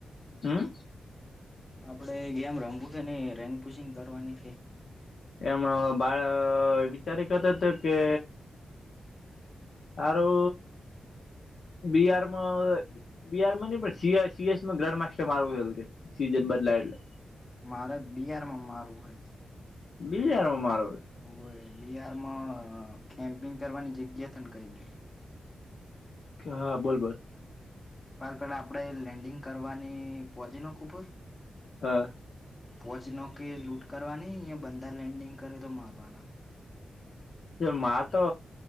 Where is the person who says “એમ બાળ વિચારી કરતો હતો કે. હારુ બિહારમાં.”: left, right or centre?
Left